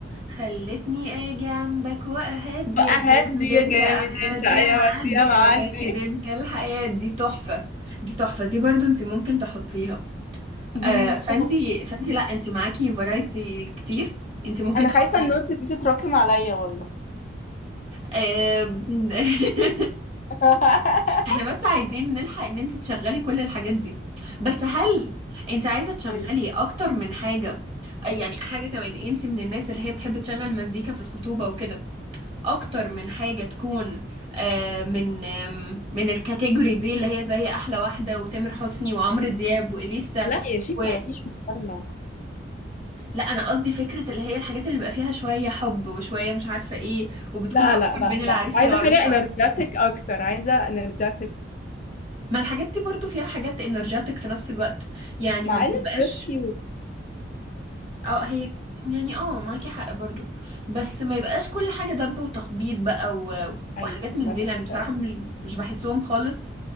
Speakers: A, on the right; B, on the left.
A: خلتني اجي عندك واهدي
B: بقى
A: يا
B: هادي
A: جامد انت
B: يا جامد
A: ايوه
B: انت
A: دي
B: ايوه
A: يا معدي
B: دي يا معدي
A: يا واخد انت الحياه دي تحفه دي تحفه دي برضو انت ممكن تحطيها
B: دي
A: آه فانت
B: سكر
A: فانت لا انت معاكي فرايتي كتير انت ممكن
B: انا
A: تحطي
B: خايفة النوتس دي تتراكم عليا والله
A: آه، <laughs>
B: <laughs>
A: احنا بس عايزين نلحق ان انت تشغلي كل الحاجات دي بس هل انت عايزة تشغلي
B: مم.
A: اكتر من حاجة آه، يعني حاجة كمان انت من الناس اللي هي بتحب تشغل مزيكا في الخطوبة وكده اكتر من حاجة تكون آه، من آم، من الكاتيجوري دي اللي هي زي احلى واحدة وتامر حسني وعمرو دياب وإليسا
B: لا يا شيخة
A: و...
B: مفيش مقارنة
A: لا انا قصدي فكرة اللي هي الحاجات اللي بيبقى فيها شوية حب وشوية مش عارفة ايه وبتكون
B: لا
A: اكتر
B: لا لا
A: بين العريس
B: لا عايزة
A: والعروسة
B: حاجة انرجاتك اكتر عايزة انرجاتك
A: ما الحاجات دي برضو فيها حاجات انرجاتك في نفس الوقت يعني
B: مع
A: ما بتبقاش
B: ان الدريس كيوت
A: اه هي يعني اه معاكي حق برضو بس ما يبقاش كل حاجة دب وتخبيط بقى و...
B: ايوه
A: وحاجات من
B: لا
A: دي لان
B: شرط
A: بصراحة
B: اساسي
A: مش مش بحسهم خالص